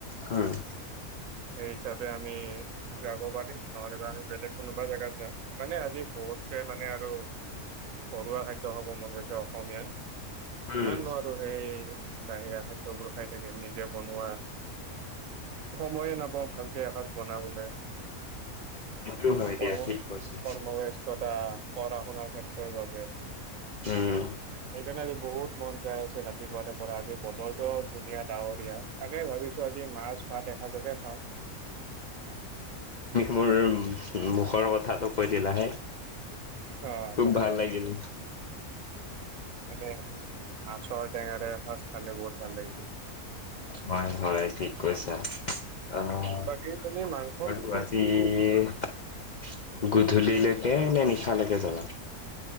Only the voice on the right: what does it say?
সেইহিচাপে আমি যাব পাৰিম নহলে আমি বেলেগ কোনোবা জাগাত যাম, মানে আজি বহুতে মানে আৰু ঘৰুৱা খাদ্য খাব মন গৈছে অসমীয়াৰ
কিমানো আৰু হেৰি বাহিৰা খাদ্যবোৰ খাই থাকিম, নিজে বনোৱা সময়ে নাপাওঁ ভালকৈ এখাজ বনাবলে।
কৰ্ম-
কৰ্ম ব্যস্ততা, পঢ়া-শুনাৰ ক্ষেত্ৰৰ বাবে। সেইকাৰণে
আজি বহুত মন যায় আছে ৰাতিপুৱা পৰা আজি বতৰ ত'ধুনীয়া ডাৱৰীয়া, তাকে ভাবিছো আজি মাছ, ভাত এক ভাতকে খাওঁ।
অ',
জানে।
তাকে মাছৰ টেঙা- টেঙা এখাজ খালে বহুত ভাল লাগিব।
বাকী তুমি মাংস
কি কি
খোৱা